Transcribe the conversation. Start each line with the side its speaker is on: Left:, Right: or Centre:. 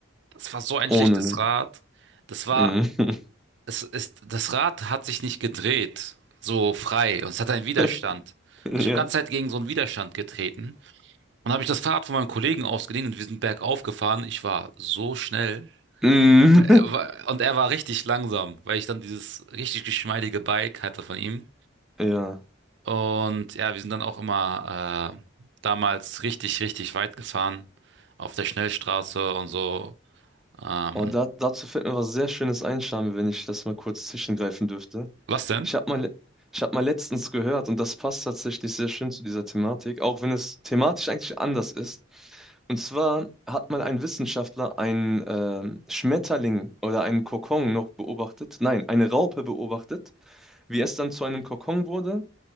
Right: Das war so ein
Centre: ohne,
Right: schlechtes
Centre: ne?
Right: Rad. Das war,
Centre: Mhm.
Right: es ist, das Rad hat sich nicht gedreht, so frei, und es hat einen Widerstand.
Centre: <laughs> Ja.
Right: Und ich habe die ganze Zeit gegen so einen Widerstand getreten. Und habe ich das Fahrrad von meinem Kollegen ausgeliehen und wir sind bergauf gefahren. Ich war so schnell.
Centre: Mhm.
Right: Er war- Und er war richtig langsam, weil ich dann dieses richtig geschmeidige Bike hatte von ihm.
Centre: Ja.
Right: Und ja, wir sind dann auch immer äh, damals richtig, richtig weit gefahren. Auf der Schnellstraße und so. Ähm,
Centre: Oh, da, dazu fällt mir was sehr Schönes ein, Charme, wenn ich das mal kurz zwischengreifen dürfte.
Right: was denn?
Centre: Ich habe mal, le- ich hab mal letztens gehört, und das passt tatsächlich sehr schön zu dieser Thematik, auch wenn es thematisch eigentlich anders ist. Und zwar hat mal ein Wissenschaftler einen ähm, Schmetterling oder einen Kokon noch beobachtet, nein, eine Raupe beobachtet, wie es dann zu einem Kokon wurde